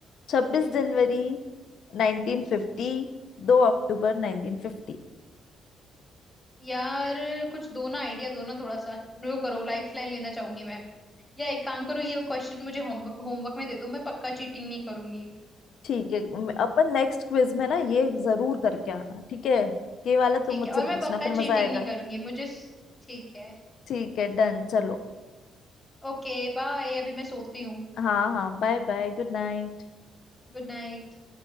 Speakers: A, on the left; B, on the left.
A: 26
B: हम्म
A: जनवरी 1950 2 अक्टूबर 1950
B: यार कुछ दो ना आइडिया दो ना थोड़ा सा वो करो लाइफ लाइन लेना चाहूंगी मैं या एक काम करो ये क्वेश्चन मुझे होमवर्क होमवर्क में दे दो मैं पक्का चीटिंग नहीं करूंगी
A: ठीक है म- अपन नेक्स्ट क्विज में ना ये जरूर करके आना ठीक है ये वाला
B: ठीक
A: तुम मुझसे
B: है और मैं
A: पूछना
B: पक्का
A: फिर
B: चीटिंग
A: मजा आएगा
B: नहीं करूंगी मुझे ठीक है
A: ठीक है डन चलो
B: ओके बाय अभी मैं सोती हूँ
A: हाँ हाँ बाय बाय गुड नाइट
B: Good night